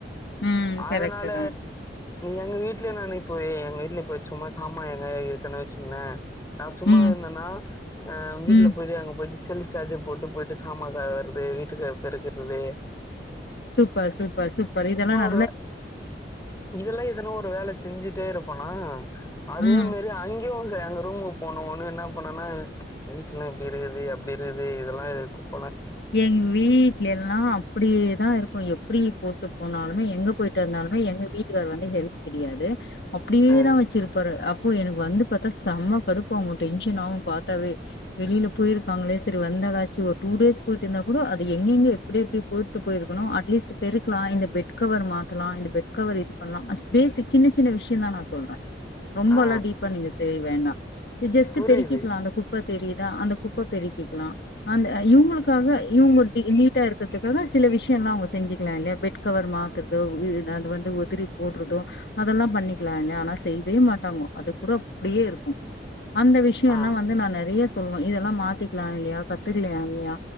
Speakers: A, on the left; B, on the left.
A: ம்
B: அதனால
A: கரெக்ட்டு தா
B: எங்க வீட்டுல நானு இப்பயே எங்க வீட்டுல சும்மா சாமா எங்கயாவது இருக்குன்னு வச்சுகங்கலே நா சும்மாவே
A: ம்
B: இருந்தேன்னா அஹ வீட்டுல
A: ம்
B: போய்ட்டு அங்க போய்ட்டு செல்லு சார்ஜர் போட்டு போய்ட்டு சாமா கழவரது வீட்டுக்கு பெருக்குறது
A: சூப்பர் சூப்பர் சூப்பர் இதெல்லா நா
B: டுவ இதெல்லா எதனோ ஒரு வேலை செஞ்சுட் டே இருப்பேனா அதே
A: ம்
B: மாரி அங்கியு ச எங்க ரூமுக்கு போனோ ஒன்னு என்ன பன்னேனா ச் வீட்டுல்லா இப்டி இருக்குது அப்டி இருக்குது இதெல்லா குப்
A: எங் வீட்லெல்லா அப்டியேதா இருக்கு போ எப்டி போட்டுப் போனாலுமே எங்க போய்ட்டு வந்தாலுமே எங்க வீட்டுக்காரு வந்து ஹெல்ப் கிடையாது அப்டியேதா
B: ஆ
A: வச்சிருப்பாரு அப் போ எனக்கு வந்து பாத்தா செம்ம கடுப்பாகு டென்ஷன் ஆகு பாத்தாவே வெளில போயிருக்காங்களே செரி வந்தாளாச்சு ஒரு டூ டேஸ் போய்ட்டு வந்தா கூட அது எங்கெங்கேயோ எப்டி எப்டியோ போட்டு போய்ருக்கணு அட்லீஸ்ட் பெருக்கலா இந்த பெட் கவர் மாத்தலா இந்த பெட் கவர் இது பண்ணலா பேசிக் சின்ன சின்ன விஷயோ தா நா சொல்றே ரொம்ப
B: ஆ
A: எல்லா டீப்பா நீங்க செய்ய வேண்டா ஜஸ்ட்
B: புரியுது
A: பெருக்கிக்கலா அந்த குப்ப தெரிதா அந்த குப்ப பெருக்கிக்கலா அந்த இவுங்களுக் காக இவுங்க நீட்டா இருக்கிறதுக்காக சில விஷயோல்லா அவுங்க செஞ்சுக்கலா இல்லயா பெட் கவர் மாத்துறதோ அது வந்து உதரி போடுறதோ அதெல்லா பண்ணிக்கலா இல்லயா ஆனா செய்யவே மாட்டாங்க அது கூட அப்டியே இருக்கூ அந்த விஷயோல்லா
B: ஆ
A: வந்து நா நெறைய சொல்லுவே இதெல்லா மாத்திக்கலா இல்லயா கத்துக்கலா இல்லயா